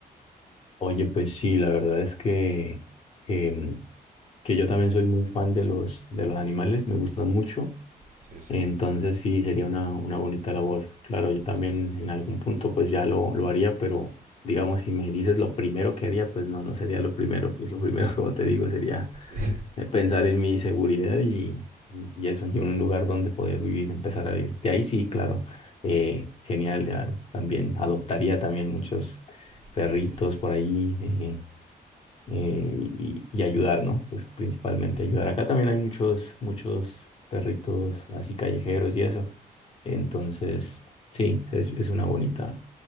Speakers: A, on the left; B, on the right.
A: Oye, pues sí, la verdad es que, em, que yo también soy muy fan de los, de los animales, me gustan mucho,
B: Sí, sí,
A: entonces sí, sería una, una bonita labor. Claro, yo también
B: sí, sí,
A: en algún punto pues ya lo, lo haría, pero digamos, si me dices lo primero que haría, pues no, no sería lo primero, pues lo primero, <laughs> como te digo, sería
B: sí,
A: eh, pensar en mi seguridad y, y y eso, y un lugar donde poder vivir, empezar a vivir. De ahí sí, claro, eh, genial, ya también adoptaría también muchos
B: <laughs>
A: perritos
B: sí, sí, sí,
A: por ahí. eh, eh, y, y ayudar, ¿no? Pues principalmente
B: sí,
A: ayudar. Acá también hay muchos, muchos perritos así callejeros y eso. Entonces, sí, es, es una bonita,